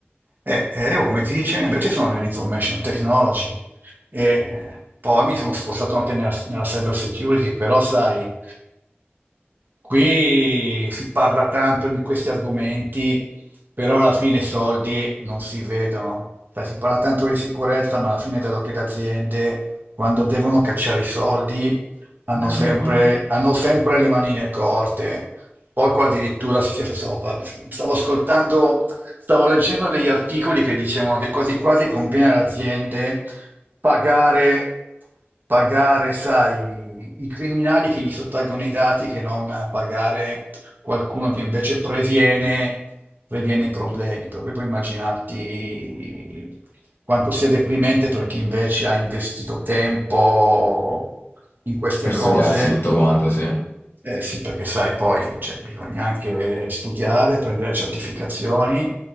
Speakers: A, on the right; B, on the left.
A: E, e io, come ti dicevo, invece sono nell'information technology e eh, poi mi sono spostato anche nella, nella cyber security, però sai, qui si parla tanto di questi argomenti, però alla fine i soldi non si vedono. Sai, si parla tanto di sicurezza, ma alla fine vedo che le aziende, quando devono cacciare i soldi, hanno
B: Eh, non
A: sempre,
B: lo fanno.
A: hanno sempre le manine corte. Poco addirittura, sì, sì, adesso stavo, par- stavo ascoltando, stavo leggendo degli articoli che dicevano che quasi quasi conviene alle aziende pagare, pagare, sai, i criminali che gli sottraggono i dati che non pagare qualcuno che invece previene, previene i problemi. Per cui puoi immaginarti quanto sia deprimente per chi invece ha investito tempo in queste
B: per
A: cose,
B: studiarsi tutto quanto, sì. Eh,
A: eh sì, perché sai, poi cioè, bisogna anche studiare, prendere certificazioni